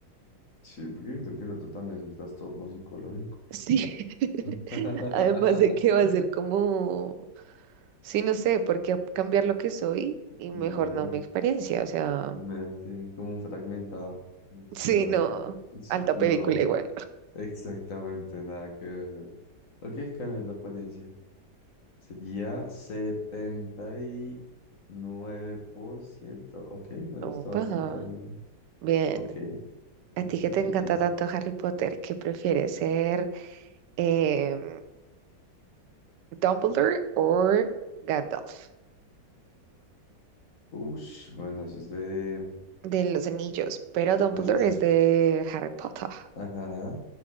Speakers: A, on the left; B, on the right.
A: Sí, porque yo creo que el otro también es un trastorno psicológico.
B: Sí, <laughs>
A: <laughs>
B: además de que va a ser como, sí, no sé, porque a- cambiar lo que soy y
A: No.
B: mejor no mi experiencia, o sea,
A: Me hace como un fragmentado.
B: <laughs>
A: O sea,
B: sí, no,
A: es-
B: alta
A: no,
B: película igual.
A: exactamente nada que ver. ¿O qué es cambiar de apariencia? Sería setenta y nueve por ciento Ok, bueno,
B: Opa,
A: está bastante random.
B: bien.
A: Ok, ¿y
B: A ti
A: tú
B: que te
A: qué
B: encanta
A: tienes?
B: tanto Harry Potter, ¿qué prefieres ser em, Dumbledore o Gandalf
A: Ush, bueno, eso es de,
B: de los Anillos? Pero Dumbledore
A: de recién.
B: es de Harry Potter,
A: Ajá,